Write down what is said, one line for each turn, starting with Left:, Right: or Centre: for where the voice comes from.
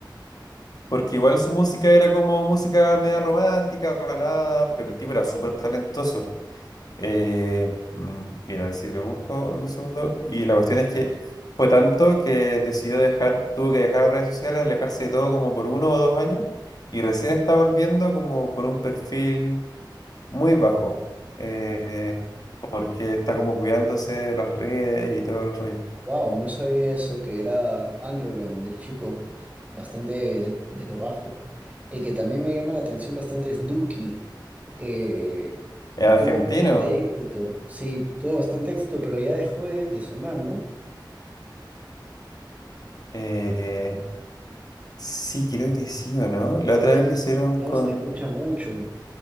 Left: Porque igual su música era como música media romántica, balada, pero el tipo era súper talentoso. Eh, mm, mira, si lo busco en un segundo. Y la cuestión es que fue tanto que decidió dejar, tuvo que dejar redes sociales, alejarse de todo como por uno o dos años. Y recién está volviendo como con un perfil muy bajo. eh, porque está como cuidándose las redes y todo el rollo.
Right: Wow, no sabía eso, que era underground del chico, bastante de lo bajo. El que también me llama la atención bastante es Duki. Eh,
Left: ¿Es argentino?
Right: tuvo bastante éxito, sí, tuvo bastante éxito, pero ya dejó de, de sonar, ¿no?
Left: Eh, sí, creo que sí o no. La
Right: Sí,
Left: otra
Right: ya
Left: vez
Right: no,
Left: le hicieron
Right: se- ya
Left: con...
Right: no se le escucha mucho.